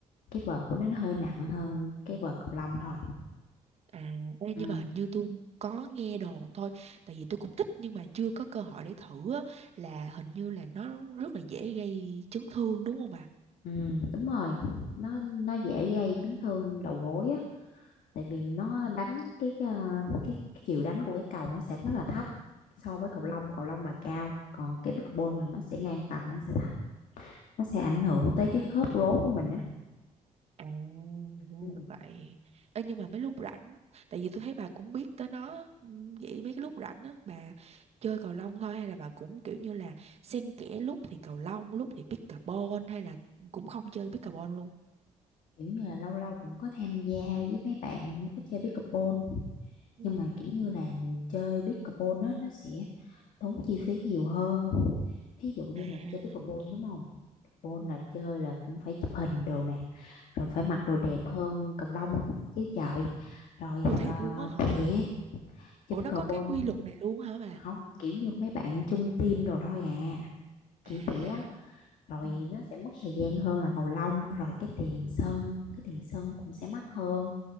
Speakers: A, on the left; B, on the right.
A: cái vợt của nó nó hơi nặng hơn cái vợt cầu lông thôi
B: À, ê,
A: ừ.
B: nhưng mà hình như tôi có nghe đồn thôi, tại vì tôi cũng thích nhưng mà chưa có cơ hội để thử á là hình như là nó rất là dễ gây chấn thương đúng không bà?
A: Ừ, đúng rồi nó nó dễ gây chấn thương đầu gối á tại vì nó đánh cái ờ, cái, cái chiều đánh của cái cầu nó sẽ rất là thấp so với cầu
B: Ừ.
A: lông cầu lông là cao còn cái pickleball là
B: Ừ.
A: nó sẽ ngang tầm nó sẽ thấp nó sẽ ảnh hưởng tới cái khớp gối của mình á
B: À, ra
A: Ừ.
B: là vậy. Ê, nhưng mà mấy lúc rảnh, tại vì tôi thấy bà cũng biết tới nó, ừm, vậy mấy cái lúc rảnh á, bà chơi cầu lông thôi hay là bà cũng kiểu như là xen kẽ lúc thì cầu lông, lúc thì pickleball hay là cũng không chơi pickleball luôn?
A: kiểu như là lâu lâu cũng có tham gia với mấy bạn cũng có chơi pickleball
B: Ừ.
A: nhưng mà kiểu như là chơi pickleball nó nó sẽ tốn chi phí nhiều hơn thí dụ như
B: À,
A: là chơi pickleball đúng không Full
B: Ừ.
A: là chơi là cũng phải chụp hình đồ nè rồi phải mặc đồ
B: <laughs>
A: đẹp hơn cầu lông chứ trời rồi
B: ủa thiệt
A: uh,
B: luôn á hả?
A: thiệt chứ
B: Ủa
A: pickleball
B: nó có cái quy luật này luôn hả bà?
A: không kiểu như mấy bạn chung team đồ thôi à kiểu
B: À,
A: vậy á rồi
B: Ừ.
A: nó sẽ mất thời gian hơn là cầu lông rồi cái tiền
B: Ừ.
A: sân cái tiền sân cũng sẽ mắc hơn